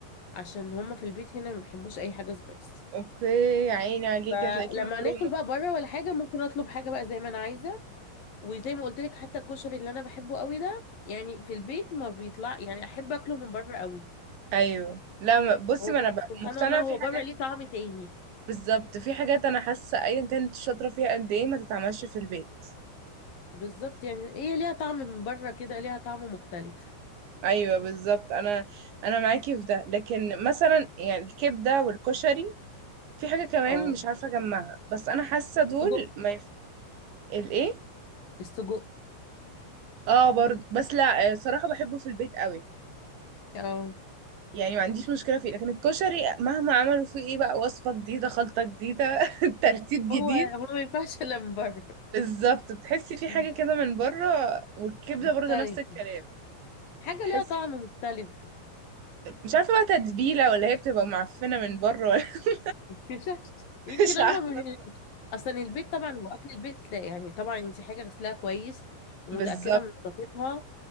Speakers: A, on the left; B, on the right.
A: عشان هما في البيت هنا ما بيحبوش اي حاجه سبايسي
B: اوكي يا عيني عليكي
A: فلما
B: هتلاقيكي محرومة
A: ناكل بقى بره ولا حاجه ممكن اطلب حاجه بقى زي ما انا عايزه وزي ما قلت لك حتى الكشري اللي انا بحبه قوي ده يعني في البيت ما بيطلع يعني احب اكله من بره قوي
B: ايوه لا ما- بصي
A: هو
B: ما انا بقى
A: سبحان
B: مقتنعة
A: الله هو
B: في
A: بره
B: حاجات
A: ليه طعم تاني
B: بالظبط في حاجات انا حاسة ايا كانت شاطرة فيها قد ايه ما تتعملش في البيت
A: بالظبط يعني هي ليها طعم من بره كده ليها طعم مختلف
B: ايوه بالظبط انا انا معاكي في ده لكن مثلا يعني الكبدة والكشري في حاجة كمان
A: اه
B: مش عارفة اجمعها بس انا حاسة دول
A: سجق
B: ما يف... الايه
A: السجق
B: اه برضه بس لا آه، صراحة بحبه في البيت قوي
A: اه
B: يعني ما عنديش مشكلة فيه لكن الكشري مهما عملوا فيه ايه بقى وصفة جديدة خلطة جديدة <laughs> ترتيب جديد
A: هو هو ما ينفعش الا من بره
B: بالظبط بتحسي في
A: مم.
B: حاجة كده من بره والكبدة
A: مختلف
B: برضه نفس الكلام
A: حاجة
B: تحسي
A: ليها طعم مختلف
B: مش عارفة بقى تتبيلة ولا هي بتبقى معفنة من بره ولا <laughs>
A: <laughs> مش عارف. يمكن
B: مش
A: هما
B: عارفة
A: من...
B: الصراحة.
A: اصلا البيت طبعا هو اكل البيت لا يعني طبعا انت حاجة غسلها كويس ومتأكدة
B: بالظبط
A: من نظافتها